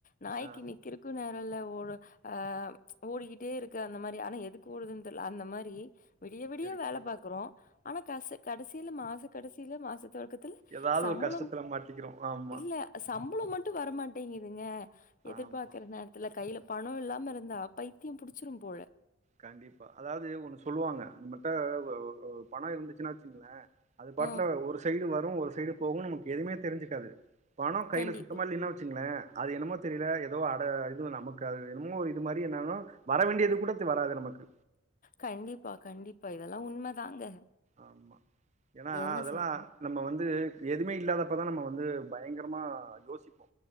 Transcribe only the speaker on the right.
ஆ
சேரிங்க
ஏதாவது
ஒரு கஷ்டத்துல மாட்டிக்கிறோ ஆமா
ஆமா
கண்டிப்பா அதாவது ஒண்ணு சொல்லுவாங்க நம்மட ஒ ஒ பணோ இருந்துச்சுனா வச்சுங்களே அது பாட்டுல
ஒரு சைடு வரு ஒரு சைடு போகும்னு நமக்கு எதுவுமே தெரிஞ்சுக்காது பணம் கையில
சுத்தமா இல்லைனா வச்சுங்களே அது என்னமோ தெரியல ஏதோ அட இது நமக்கு அது என்னமோ ஒரு இது மாரி என்ன வர வேண்டியது கூட வராது நமக்கு
ஆமா ஏன்னா
அதெல்லா
நம்ம வந்து எதுவுமே இல்லாத அப்ப தா நம்ம வந்து பயங்கரமா யோசிப்போ